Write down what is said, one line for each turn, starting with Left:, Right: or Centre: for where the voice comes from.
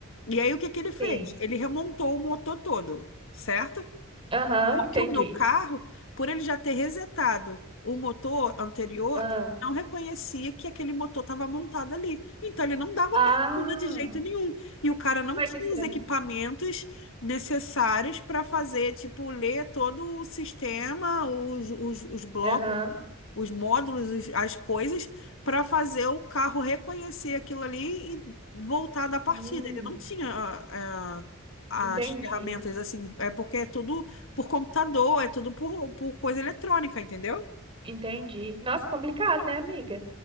Left: E aí o que que ele fez?
Right: sim.
Left: Ele remontou o motor todo, certo?
Right: Aham,
Left: Só
Right: entendi.
Left: que o meu carro, por ele já ter resetado o motor anterior,
Right: Ah,
Left: não reconhecia que aquele motor estava montado ali. Então ele não dava
Right: ah,
Left: partida de jeito nenhum. E o cara não
Right: olha
Left: tinha
Right: que estranho.
Left: os equipamentos necessários para fazer, tipo, ler todo o sistema, os, os, os blocos
Right: Aham,
Left: os módulos, os- as coisas, para fazer o carro reconhecer aquilo ali e voltar da partida.
Right: hum,
Left: Ele não tinha eh, eh, as
Right: entendi,
Left: ferramentas assim, é porque é tudo por computador, é tudo por, por coisa eletrônica, entendeu?
Right: entendi. Nossa, complicado, né, amiga?